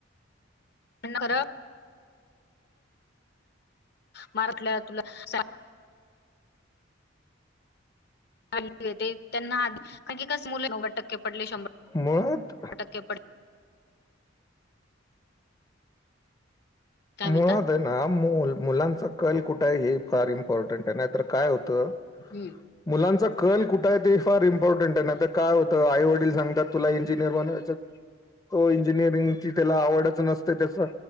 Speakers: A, on the left; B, on the left.
A: <unintelligible> मराठल्या तुला सा येते त्यांना आधी कारण कसयं मुलं नव्वद टक्के पडले शंभ
B: मुळात
A: टक्के पड काय म्हणता
B: मुळात आहे ना मूल मुलांचं कल कुठायं आहे हे फार इम्पॉर्टंट आहे नाहीतर काय होतं,
A: हम्म
B: मुलांचं कल कुठंय आहे ते फार इम्पॉर्टंट आहे ना आता काय होतं आई वडील सांगतात तुला इंजिनियर बनवायचं. तो इंजिनिअरिंगची त्याला आवडच नसते त्याच